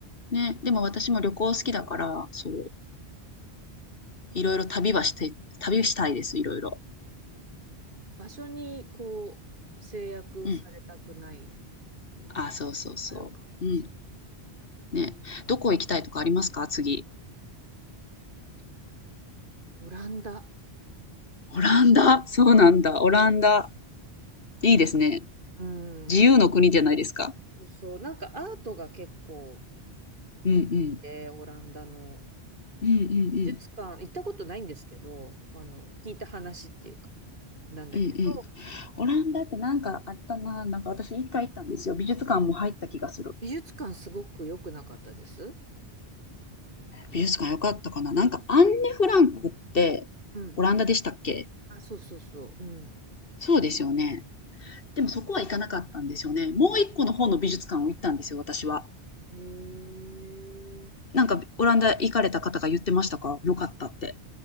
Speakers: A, on the left (about 60°); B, on the right (about 50°).
A: ね。でも私も旅行好きだから、そう。いろいろ旅はして、旅したいです。いろいろ。
B: 場所にこう制約されたくない
A: うん。
B: みたいなのあるかもし
A: あ、そうそうそう。うん。ね。どこ行きたいとかありますか次。
B: れないオランダ。
A: オランダ。そうなんだ。オランダ。いいですね。
B: うん。
A: 自由の国じゃないですか。
B: そうそう、なんかアートが結構好
A: うんうん。
B: きで、オランダの
A: うんう
B: 美術館、
A: ん
B: 行ったことないんですけど、あの、聞いた話っていうか、なんだけど、
A: うん。うんうん。オランダってなんかあったな。なんか私一回行ったんですよ。美術館も入った気がする。
B: 美術館すごく良くなかったです。
A: 美術館良かったかな。なんかアンネ・フランクってオランダでしたっけ
B: うん。あ、そうそうそう。うん。
A: そうですよね。でもそこは行かなかったんですよね。もう一個の方の美術館を行ったんですよ、私は。
B: へえ。
A: なんかオランダ行かれた方が言ってましたか良かったって。